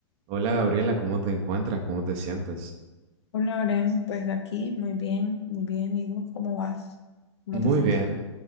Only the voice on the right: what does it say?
Hola Gabriela, ¿cómo te encuentras? ¿Cómo te sientes?
Muy
bien.